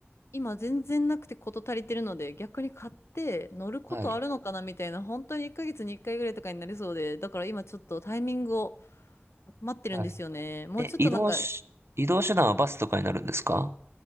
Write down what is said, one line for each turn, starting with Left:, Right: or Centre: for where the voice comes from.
Left: 今全然なくてこと足りてるので、逆に買って乗ることあるのかなみたいな、
Right: はい、
Left: 本当に1ヶ月に1回ぐらいとかになりそうで、だから今ちょっとタイミングを待ってるんですよね。
Right: はい。
Left: もうちょっとなんか、
Right: え、移動し、移動手段はバスとかになるんですか